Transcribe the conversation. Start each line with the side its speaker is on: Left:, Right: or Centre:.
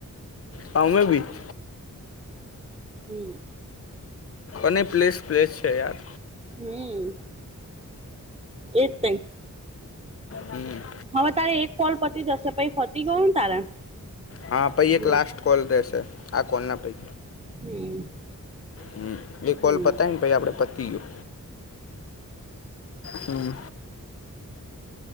Left: તમે બી <inaudible>
Right: હમ
Left: અને પ્લેસ પ્લેસ છે યાર
Right: હમ એતેન
Left: હમ
Right: હવે તારે એક કોલ પતી જશે પછ ફતી ગયો ને તારે
Left: હા પૈ એક
Right: હમ
Left: લાસ્ટ કોલ દેશે આ કોના પૈ
Right: હમ
Left: હમ એક
Right: હમ
Left: વલ બતાય ને પ આપડે પતી ગયું હમ